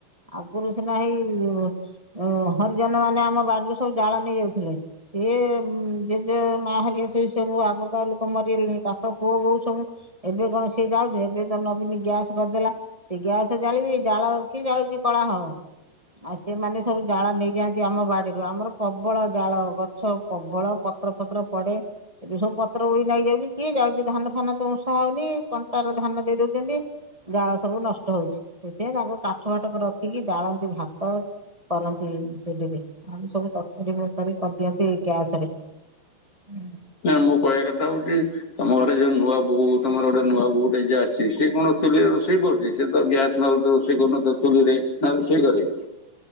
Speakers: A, on the right; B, on the left.
A: ଆଗରୁ ସିନା ହେଇ ଓ ହରିଜନ ମାନେ ଆମ ବାଡିରୁୁ ସବୁ ଜାଳ ନେଇ ଯାଉଥିଲେ ସିଏ। ହୁଁ ଜେଜେ ମା ହେରିକା ସେ ସବୁ ଆଗକାଳ ଲୋକ ମରିଗଲେଣି ତାଙ୍କ ପୁଅ ବୋଉ ସବୁ ଏବେ କଣ ସିଏ ଯାଉଚି ଏବେ ତ ନବୀନ ଗ୍ୟାସ କରିଦେଲା। ସେ ଗ୍ୟାସ ଜାଳିବେ ଜାଳ କିଏ ଜାଳୁଉଚି କଳା ହବ। ଆଉ ସେମାନେ ସବୁ ଜାଳ ନେଇଯାଆନ୍ତି ଆମ ବାଡିରୁ ଆମର ପ୍ରବଳ ଜାଳ ଗଛ। ପ୍ରବଳ ପତ୍ର ଫତ୍ର ପଡେ। ଏବେ ସବୁ ପତ୍ର ଉଇ ନାଗିଯାଉଚି କିଏ ଯାଉଚି ଧାନ ଫାନ ତ ଉଁଷା ହଉନି କଣ୍ଟାର ଧାନ ଦେଇ ଦଉଚନ୍ତି। ଜାଳ ସବୁ ନଷ୍ଟ ହଉଛି ସେଥିପାଇଁ ତାଙ୍କୁ କାଠ ଫାଠକୁ ରଖିକି ଜାଳନ୍ତି ଭାତ କରନ୍ତି ଚୁଲିରେ ଆହୁରି ସବୁ ତରକାରୀ ଫରକାରୀ କରିଦିଅନ୍ତି ଗ୍ୟା ସେରେ ଉଁ।
B: ନା ମୋ କହିବା କଥା ହଉଚି ତମ ଘରେ ଯିଏ ନୂଆ ବୋହୂ ତମର ଗୋଟେ ନୂଆ ବୋହୂଟେ ଯିଏ ଆସିଚି ସିଏ କଣ ଚୁଲିରେ ରୋଷେଇ କରୁଚି। ସିଏ ତ ଗ୍ୟାସ୍ ନହେଲେ ତ ରୋଷେଇ କରୁନଥବ ଚୁଲିରେ ନା ରୋଷେଇ କରେ।